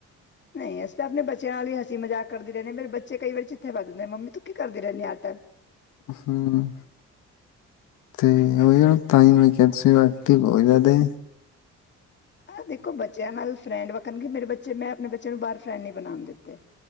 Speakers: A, on the left; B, on the left.
A: ਨਹੀਂ ਅਸੀ ਤੇ ਆਪਣੇ ਬੱਚਿਆਂ ਨਾਲ ਵੀ ਹਸੀ ਮਜ਼ਾਕ ਕਰਦੀ ਰਹਿੰਨੀ, ਮੇਰੇ ਬੱਚੇ ਕਈ ਵਾਰੀ ਚਿੱਥੇ ਫਰ ਦਿੰਦੇ ਮੰਮੀ ਤੂੰ ਕੀ ਕਰਦੀ ਰਹਿੰਦੀ ਆ ਤ
B: ਹਮ ਤੇ ਉਹੀ ਤਾਂ ਹੀ ਮੈਂ ਕਿਹਾ ਤੁ ਸੀ ਐਕਟਿਵ ਹੋ ਇੱਦਾ ਤੇ।
A: ਆਹ ਦੇਖੋ ਬੱਚਿਆਂ ਨਾਲ ਫਰੈਂਡ ਵਾਕਣ, ਮੇਰੇ ਬੱਚੇ ਮੈਂ ਆਪਣੇ ਬੱਚੇ ਨੂੰ ਬਾਹਰ ਫਰੈਂਡ ਨੀ ਬਨਾਣ ਦਿੱਤੇ।